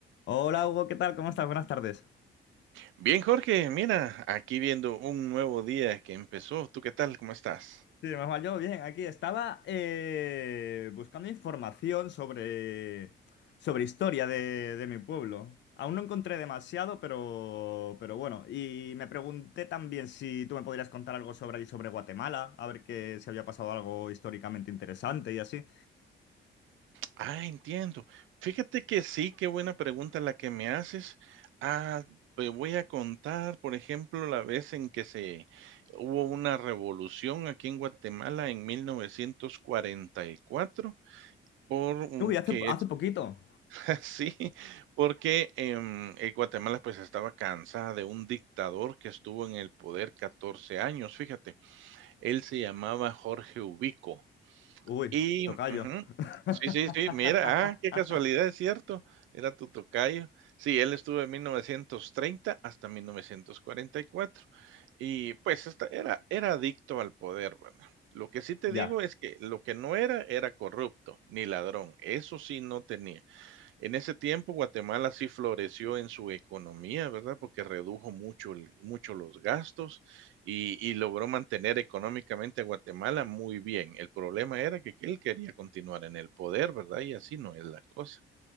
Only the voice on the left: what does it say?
Hola Hugo, ¿qué tal? ¿Cómo estás? Buenas tardes.
Sí, más mal yo, bien, aquí estaba eh, buscando información sobre, sobre historia de, de mi pueblo. Aún no encontré demasiado, pero, pero bueno. Y me pregunté también si tú me podrías contar algo sobre allí, sobre Guatemala, a ver que, si había pasado algo históricamente interesante y así.
Uy, hace,
hace
poquito.
Uy,
tocayo.
<laughs>
Ya.